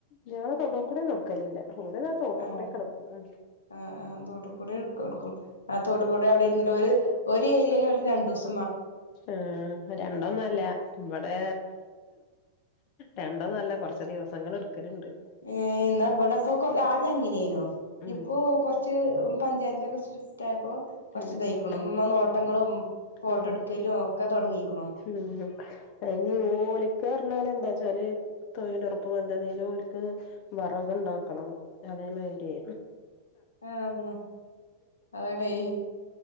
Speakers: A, on the left; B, on the left.
A: ഞങ്ങളെ തൊടുകൂടെന്നും എടുക്കലില്ല <unintelligible>
B: ആഹ്
A: കെടക്കും
B: ആ ആ തോട്ട് കൂടി എടുക്കും എടുക്കും ആ തോട്ട് കൂടി അവിടെ ഇര്ന്നിട്ട് ഓല് ഒരു ഏരിയേല് ഓൽക്ക് രണ്ട് ദിവസം
A: ആഹ് രണ്ടൊന്നും അല്ല ഇവിടെ രണ്ട് ഒന്നും അല്ല കൊറച്ച് ദിവസങ്ങൾ എടുക്കലുണ്ട്
B: ഏഹ് എന്നാ ഇവിടെപ്പൊ കൊ ആദ്യം അങ്ങനെയ്നോ
A: ഉം
B: ഇപ്പൊ കൊറച്ച് പഞ്ചായത്തിലൊക്കെ തായപ്പോ കുറച്ച്
A: ഉം
B: ഇതായ്ക്ക്ണ് നോട്ടങ്ങളും ഫോട്ടോ
A: ഉം
B: എടുക്കലും ഒക്കെ തുടങ്ങീക്ക്ണോ
A: ഉം അതിന് ഓല്ക്ക് പറഞ്ഞാല് എന്താ വച്ചാല് തൊഴിലുറപ്പ് പദ്ധതിയില് ഓര്ക്ക് വിറക് ഉണ്ടാക്കണം അതേമാരി
B: ആഹ് അങ്ങനെ അട